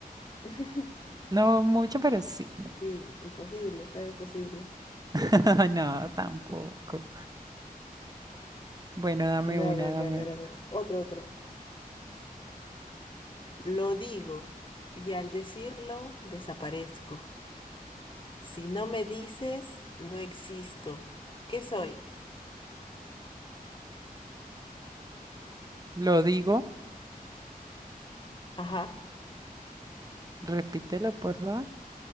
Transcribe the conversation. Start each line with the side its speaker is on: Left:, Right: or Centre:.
Left: <laughs>
Right: No mucho, pero sí.
Left: Sí, imposible, está imposible.
Right: <laughs> No, tampoco. Bueno, dame una,
Left: A ver,
Right: dame
Left: a ver,
Right: una.
Left: a ver. Otro, otro. Lo digo y al decirlo desaparezco. Si no me dices, no existo. ¿Qué soy?
Right: Lo digo,
Left: Ajá.
Right: repítelo, por favor.